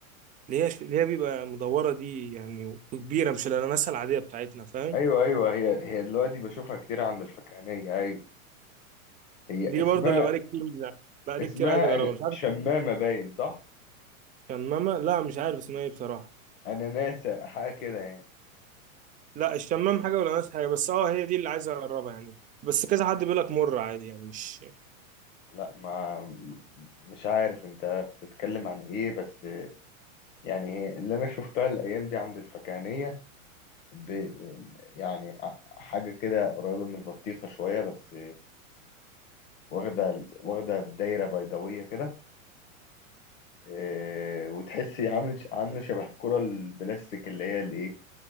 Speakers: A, on the right (about 20°); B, on the left (about 65°).
A: اللي هي ش- اللي هي بيبقى مدوره دي يعني وكبيره مش الاناناسه العاديه بتاعتنا فاهم
B: ايوه ايوه هي هي دلوقتي بشوفها كتير عند الفكهانيه ايوه هي
A: دي
B: اسمها
A: برضو اللي بقالي كتير بقالي
B: اسمها
A: كتير عايز اجربها
B: أنا
A: مش عارف
B: شمامه باين صح
A: شمامة لا مش عارف اسمها ايه بصراحة
B: انا ناسا حاجه كده يعني
A: لا الشمام حاجة والأناناس حاجة بس اه هي دي اللي عايز أجربها يعني بس كذا حد بيقول لك مر عادي يعني مش
B: لا ما مش عارف انت بتتكلم عن ايه بس يعني هي اللي انا شفتها الايام دي عند الفكهانيه ب... يعني ع- حاجه كده قريبه من البطيخه شويه بس واخده واخده دايره بيضاويه كده آه، وتحسي عامل عامله شبه الكره البلاستيك اللي هي الايه